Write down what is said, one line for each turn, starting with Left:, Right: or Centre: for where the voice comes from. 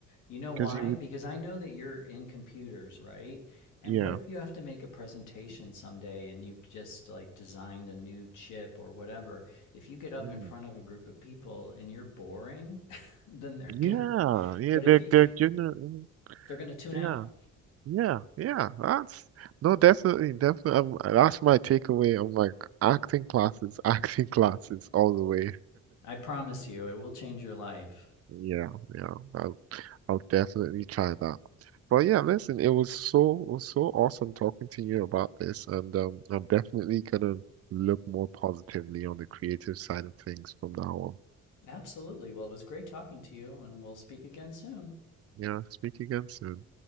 Left: You know why?
Right: because he would.
Left: Because I know that you're in computers, right? And
Right: Yeah.
Left: what if you have to make a presentation someday and you've just like designed a new chip or whatever? If you get up
Right: Mm.
Left: in front of a group of people and you're boring, <laughs> then they're
Right: Yeah.
Left: going to
Right: Yeah.
Left: but if
Right: They're
Left: you
Right: they're generally.
Left: they're going to tune
Right: Yeah.
Left: out.
Right: Yeah. Yeah. That's no, definitely, definitely. Um, that's my takeaway. I'm like acting classes, <laughs> acting classes all the way.
Left: I promise you it will change your life.
Right: Yeah. Yeah. I'll I'll definitely try that. But yeah, listen, it was so it was so awesome talking to you about this, and um, I'm definitely gonna look more positively on the creative side of things from now on.
Left: Absolutely. Well, it was great talking to you and we'll speak again soon.
Right: Yeah. Speak again soon.